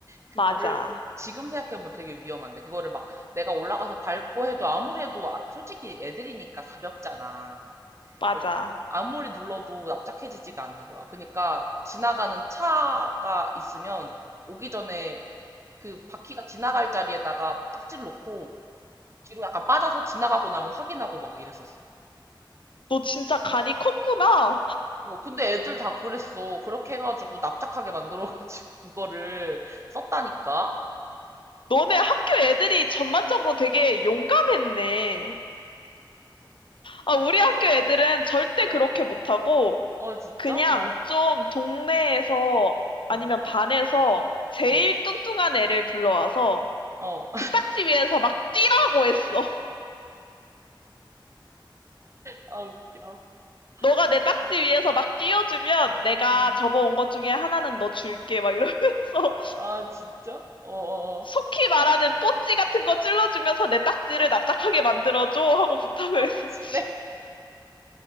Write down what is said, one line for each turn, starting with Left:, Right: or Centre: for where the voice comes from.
Right: 그거를
Left: 맞아.
Right: 지금 생각해보면 되게 위험한데 그거를 막 내가 올라가서 밟고 해도 아무리 해도 아- 솔직히 애들이니까 가볍잖아.
Left: 맞아.
Right: 그러니까 아무리 눌러도 납작해지지가 않는 거야. 그러니까 지나가는 차가 있으면 오기 전에 그 바퀴가 지나갈 자리에다가 딱지를 놓고 뒤로 약간 빠져서 지나가고 나면 확인하고 막 이랬었어.
Left: 너 진짜 간이 컸구나.
Right: 어, 근데 애들 다 그랬어. 그렇게 해가지고 납작하게 만들어가지고 <laughs> 그거를 썼다니까.
Left: 너네 학교 애들이 전반적으로 되게 용감했네. 아, 우리 학교 애들은 절대
Right: 어,
Left: 그렇게 못하고,
Right: 어, 진짜?
Left: 그냥
Right: 어,
Left: 좀 동네에서 아니면
Right: 응,
Left: 반에서 제일
Right: 응,
Left: 뚱뚱한 애를 불러와서
Right: 어.
Left: 그 딱지 위에서 막 뛰라고 했어. <laughs>
Right: 아, 웃겨.
Left: 너가 내 딱지
Right: 아,
Left: 위에서 막 뛰어주면 내가
Right: 응.
Left: 접어온 것 중에 하나는 너 줄게. 막 이러면서.
Right: 아, 진짜? 어어어.
Left: 속히 말하는 뽀찌 같은 거 찔러주면서 내 딱지를
Right: 뽀찌,
Left: 납작하게 만들어줘 하고 부탁을
Right: 뽀찌래.
Left: 했었지.